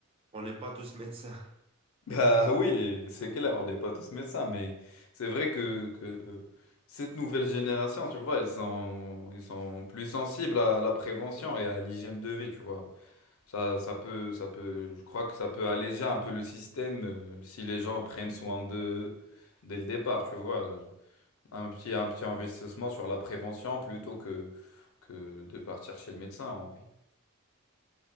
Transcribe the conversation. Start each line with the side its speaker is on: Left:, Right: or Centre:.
Right: on n'est pas tous médecins. <laughs>
Left: Bah oui, c'est clair, on n'est pas tous médecins, mais c'est vrai que, que cette nouvelle génération, tu vois, ils sont, ils sont plus sensibles à la prévention et à l'hygiène de vie, tu vois. Ça, ça peut, ça peut, je crois que ça peut alléger un peu le système euh, si les gens prennent soin d'eux dès le départ, tu vois. Un petit, un petit investissement sur la prévention plutôt que, que de partir chez le médecin, en vrai.